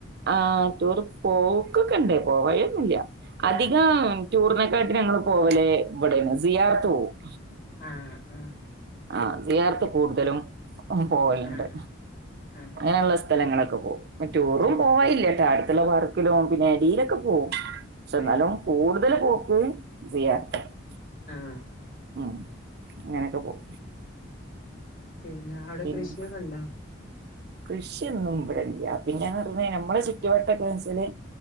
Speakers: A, on the right; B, on the left.
A: ആ ടൂർ പോക്കൊക്കെണ്ടേ പോയോന്നില്ല അധികം
B: ഏ
A: ടൂർനൊ <unintelligible> ഞങ്ങള് പോവല് ഇവിടെയാണ് സിയാർത്ത് പോവും
B: ആ അ
A: ആ സിയാറത്തു കൂടുതലും ഉം പോവലുണ്ട്
B: ആ ആ
A: അങ്ങനുള്ള സ്ഥലങ്ങളൊക്കെ പോകും ടൂറും
B: ഏ
A: പോവായില്ല്യ ടാ ഇല്ല വർക്കില് പോവും പിന്നെ എടെലൊക്കെ പോവും. പഷേ എന്നാലും
B: ഏ
A: കൂടുതല് പോ <unintelligible>
B: ആഹ്
A: ഉം അങ്ങനെയൊക്കെ പോകും.
B: പിന്നെ അവിടെ
A: പിന്നെ
B: കൃഷിയൊക്കെ ഉണ്ടോ?
A: കൃഷിയൊന്നും ഇവിടെഇല്ല പിന്നെന്ന് പറയുമ്പയെ നമ്മടെ ചുറ്റുുവട്ടൊക്കെ വച്ചെല്